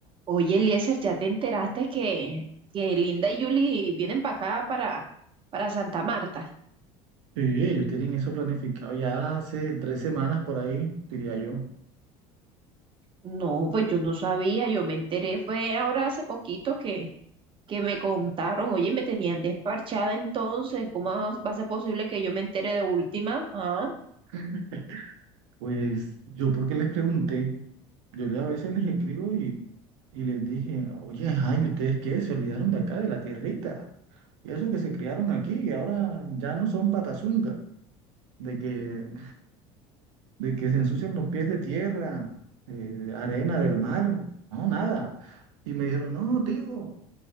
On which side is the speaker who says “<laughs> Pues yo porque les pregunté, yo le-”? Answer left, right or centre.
Right